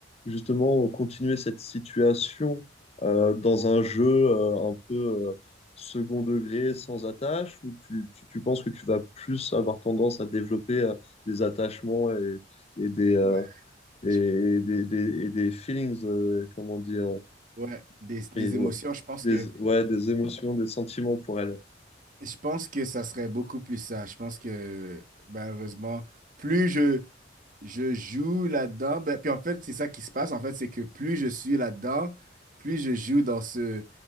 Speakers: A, on the left; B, on the right.
A: justement continuer cette situation euh, dans un jeu euh, un peu euh, second degré sans attache ou tu, tu, tu penses que tu vas plus avoir tendance à développer euh, des attachements et, et des, euh,
B: ouais.
A: et,
B: je-
A: des, des, et des feelings, euh, comment on dit, euh,
B: ouais. Des,
A: et,
B: des
A: ouais,
B: émotions, je pense
A: des,
B: que
A: ouais, des émotions, des sentiments pour elle. <laughs>
B: je pense que ça serait beaucoup plus ça. Je pense que malheureusement, plus je, Je joue là-dedans. Ben, puis en fait, c'est ça qui se passe. En fait, c'est que plus je suis là-dedans, plus je joue dans ce,